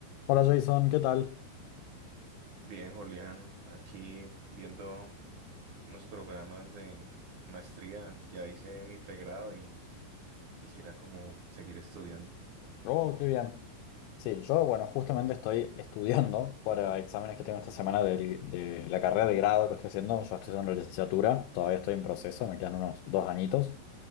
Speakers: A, on the left; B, on the right.
A: Hola Jason, ¿qué tal?
B: Bien, Julián, aquí viendo unos programas de maestría. Ya hice mi pregrado y quisiera como seguir estudiando.
A: Oh, qué bien. Sí, yo, bueno, justamente estoy estudiando para exámenes que tengo esta semana del- de, la carrera de grado que estoy haciendo. Yo estoy haciendo la licenciatura, todavía estoy en proceso, me quedan unos dos añitos.